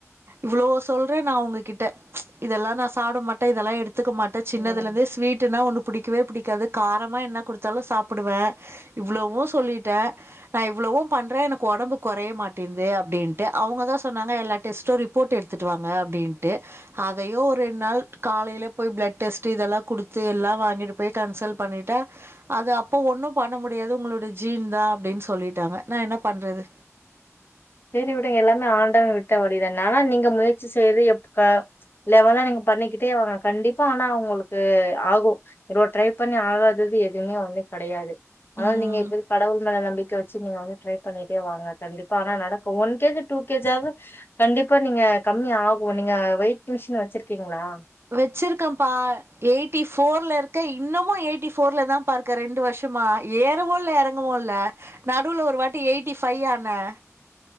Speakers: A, on the right (about 50°); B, on the left (about 45°).
A: இவ்ளோ சொல்றே நா ஒங்ககிட்ட ம்ச் இதெல்லா நா சாப்ட மாட்டே இதெல்லா எடுத் டுத்துக்க மாட்டே சின்னதுலந்தே
B: ம்
A: ஸ்வீட்டுனா ஒன்னு புடிக்கவே புடிக்காது காரமாக என்ன கொடுத்தாலு சாப்டுவே இவ்ளவு சொல்லிட்டே நா இவ்ளவு பண்றே எனக்கு ஒடம்பு கொறைய மாட்டேன்து அப்டின்ட்டு அவங்க தா சொன்னாங்க எல்லா டெஸ்ட்டு ரிப்போர்ட் எடுத்துட்டு வாங்க அப்டின்ட்டு அதையு ஒரு ரெண்நாள் காலைல போய் ப்ளட் டெஸ்ட்டு இதெல்லா குடுத்து எல்லா வாங்கின் போய் கன்சல்ட் பண்ணிட்டா அது அப்போ ஒன்ன பண்ண முடியாது உங்களோட ஜீன் தா அப்டின்னு சொல்லிட்டாங்க நா என்ன பண்றது
B: சேரி விடுங்க எல்லாமே ஆண்டவே விட்ட வழிதானே ஆனா நீங்க முயற்சி செய்து எப்ப க லெவெலா நீங்க பண்ணிக்கிட்டே வாங்க கண்டிப்பா ஆனா ஒங்களுக்கு ஆகு இவ்ளோ ட்ரை பண்ணி ஆகாதது எதுவுமே ஒன்னு கெடையாது ஆனா
A: ம்
B: நீங்க இப்ப கடவுள் மேல நம்பிக்க வச்சி நீங்க வந்து ட்ரை பண்ணிட்டே வாங்க கண்டிப்பா ஆனா நடக் ஒன் கேஜி டூ கேஜ்ஜாது கண்டிப்பா நீங்க கம்மி ஆகு நீங்க வெயிட் மிஷின் வச்சிருக்கீங்ளா
A: வச்சிருக்கப்பா எயிட்டி ஃபோர்ல இருக்கே இன்னமு எயிட்டி ஃபோர்ல தாப்பா இருக்கே ரெண்டு வருஷமா ஏறவு இல்ல எறங்கவு இல்ல நடுவுல ஒரு வாட்டி எயிட்டி ஃபைவ் ஆனே